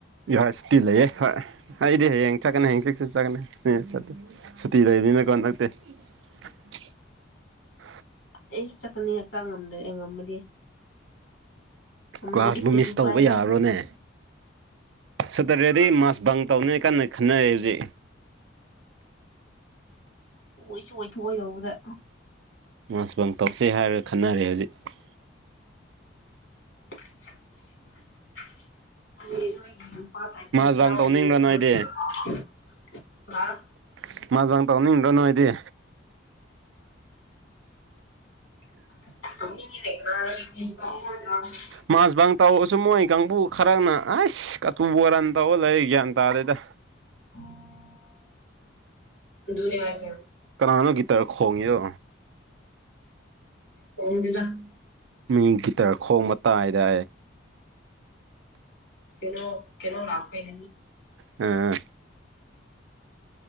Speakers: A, on the right; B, on the left.
A: ꯌꯥꯍꯣꯏ ꯁꯨꯇꯤ ꯂꯩꯑꯌꯦ ꯍꯣꯏ ꯑꯩꯗꯤ ꯍꯌꯦꯡ ꯆꯠꯀꯅꯤ ꯍꯌꯦꯡ ꯆꯁꯨꯠ ꯆꯠꯀꯅꯤ ꯆꯦ ꯁꯨꯇꯤ ꯂꯩꯅꯤꯅ ꯀꯣꯟꯅꯛꯇꯦ <inaudible>
B: ꯑꯩ ꯆꯠꯀꯅꯤ ꯍꯛꯆꯥꯡ ꯉꯝꯗꯦ ꯑꯩ ꯉꯝꯃꯗꯤ ꯉꯝꯗ꯭ꯔꯗꯤ
A: ꯀ꯭ꯂꯥꯁꯕꯨ
B: ꯀꯩ
A: ꯃꯤꯁ
B: ꯎꯄꯥꯏ
A: ꯇꯧꯕ
B: ꯂꯩ
A: ꯌꯥꯔꯣꯅꯦ ꯁꯇꯔꯗꯦꯗꯒꯤ ꯃꯥꯁ ꯕꯪ ꯇꯧꯅꯤ ꯀꯥꯟ ꯈꯟꯅꯔꯦ ꯍꯧꯖꯤꯛ
B: ꯑꯣꯏꯁꯨ ꯑꯣꯏꯊꯣꯛꯑꯣꯏꯗꯧꯕꯗ
A: ꯃꯥꯁꯄꯪ ꯇꯧꯁꯦ ꯍꯥꯏꯔꯒ ꯈꯟꯅꯔꯦ ꯍꯧꯖꯤꯛ
B: <inaudible> <unintelligible>
A: ꯃꯥꯁ ꯕꯥꯡ ꯇꯧꯅꯤꯡꯕ꯭ꯔꯥ ꯅꯣꯏꯗꯤ <unintelligible> ꯇꯧꯅꯤꯡꯏꯗꯣ ꯅꯣꯏꯗꯤ
B: <unintelligible>
A: ꯃꯥꯁꯕꯪ ꯇꯧꯔꯁꯨ ꯃꯣꯏ ꯀꯥꯡꯕꯨ ꯈꯔꯛꯅ ꯑꯁ ꯀꯇꯨꯕꯣꯔꯟ ꯇꯧꯔ ꯂꯩ ꯒ꯭ꯌꯥꯟ ꯇꯥꯗꯩꯗ
B: <inaudible> ꯑꯗꯨꯅꯑꯦ ꯍꯥꯌꯁꯦ
A: ꯀꯅꯥꯅꯣ ꯒꯤꯇꯔ ꯈꯣꯡꯉꯤꯌꯣ
B: <unintelligible>
A: ꯃꯤ ꯒꯤꯇꯔ ꯈꯣꯡꯕ ꯇꯥꯏꯗꯥ
B: ꯀꯩꯅꯣ ꯀꯩꯅꯣ <unintelligible>
A: ꯎꯝ